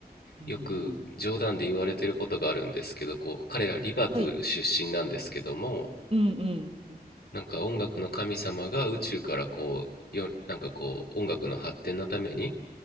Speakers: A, on the right; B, on the left.
A: うん。
B: よく冗談で言われてることがあるんですけど、こう彼らリバプール出身なんですけども、
A: はい。うんうん。
B: なんか音楽の神様が宇宙からこうよなんかこう音楽の発展のために